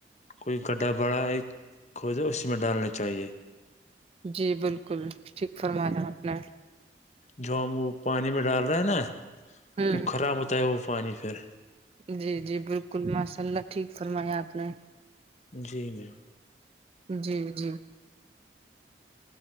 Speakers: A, on the left (about 40°); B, on the right (about 35°).
A: کوئی گڈھا بڑا ایک کھودے اسی میں ڈالنا چاہیے
B: جی بالکل ٹھیک فرمایا آپ نے
A: جو ہم وہ پانی میں ڈال رہے ہیں نا
B: ہوں
A: وہ خراب ہوتا ہے وہ پانی پھر
B: جی جی بالکل ماشاء اللہ ٹھیک فرمایا آپ نے
A: جی مے
B: جی جی